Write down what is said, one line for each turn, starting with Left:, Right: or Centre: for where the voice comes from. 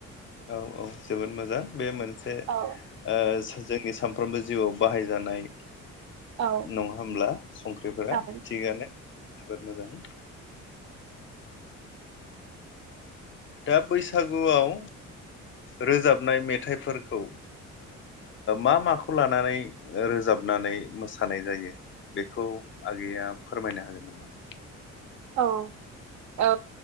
Left: औ औ जोबोद मोजां बे मोनसे
Right: औ
Left: ओ जोंनि सानफ्रोमबो जिउआव बाहायजानाय
Right: औ
Left: नङा होमब्ला संख्रिफोरा
Right: औ
Left: थिगानो। जोबोद मोजां दा बैसागुआव रोजाबनाय मेथाइफोरखौ ओ मा माखौ लानानै रोजाबनानै मोसानाय जायो बेखौ आगैया फोरमायनो हागोन नामा?
Right: औ औ